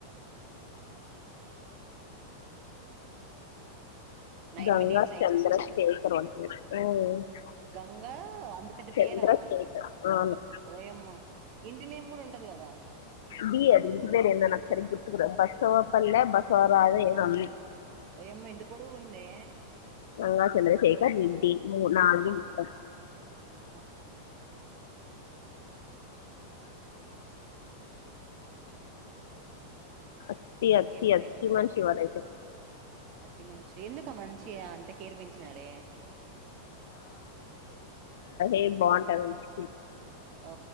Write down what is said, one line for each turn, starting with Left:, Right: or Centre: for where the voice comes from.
Right: నైన్
Left: గంగా
Right: మినిట్స్ అయింది
Left: చంద్ర శే ఆ <unintelligible>
Right: గంగా అంత పెద్ద
Left: చంద్రశేఖర్
Right: పేరా
Left: అవును
Right: ఓయమ్మ ఇంటినేమ్ కూడా ఉంటది కదా.
Left: బీ అది ఇంటి పేరు ఏందో నాకు సరిగ గుర్తుకు రాదు బస్వప్పల్లే బస్వరాద ఏదో అంది.
Right: ఓయమ్మ ఇంత పొడుగు ఉందే
Left: గంగా చంద్రశేఖర్ రెడ్డి మూ నాలుగు మొత్తం
Right: ఆ,
Left: అట్టి
Right: ఇంకేం
Left: అట్టి అట్టి
Right: రాయితీ
Left: మనిషి వాడైతే
Right: అతి మనిషి ఎందుకు మనిషి అంత కేర్ పెంచినాడే
Left: ఏం బాగుంటదండి
Right: ఓ